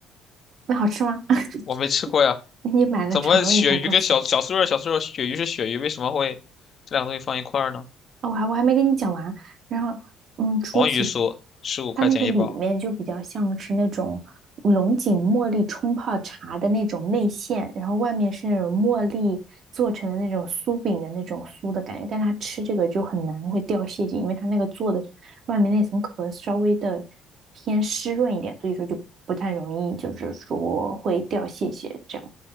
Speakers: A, on the right (about 55°); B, on the left (about 50°).
A: 那好吃吗？<laughs>
B: <laughs> 我没吃过呀。
A: 你买了尝了一下，
B: 怎么鳕鱼跟小小酥肉、
A: 告诉我。
B: 小酥肉，鳕鱼是鳕鱼，为什么会这两个东西放一块儿呢？
A: 哦，我还我还没跟你讲完。然后，嗯，除此之，
B: 黄鱼酥十五块钱一包。
A: 它那个里面就比较像是那种龙井茉莉冲泡茶的那种内馅，然后外面是那种茉莉做成的那种酥饼的那种酥的感觉。但它吃这个就很难会掉屑屑，因为它那个做的外面那层壳稍微的偏湿润一点，所以说就不太容易，就是说会掉屑屑这样。